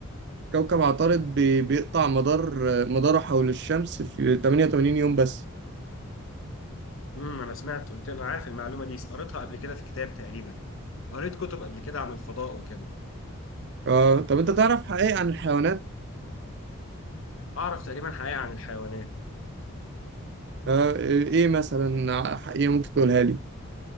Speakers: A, on the right (about 50°); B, on the left (about 65°).
A: كوكب عطارد بي- بيقطع مدار مداره حول الشمس في 88 يوم بس
B: امم أنا سمعت قلت أنا عارف المعلومة دي قريتها قبل كده في كتاب تقريبا قريت كتب قبل كده عن الفضاء وكده
A: آه طب انت تعرف حقائق عن الحيوانات
B: أعرف تقريبا حقيقة عن الحيوانات
A: آه ايه مثلا حقيقة ممكن تقولها لي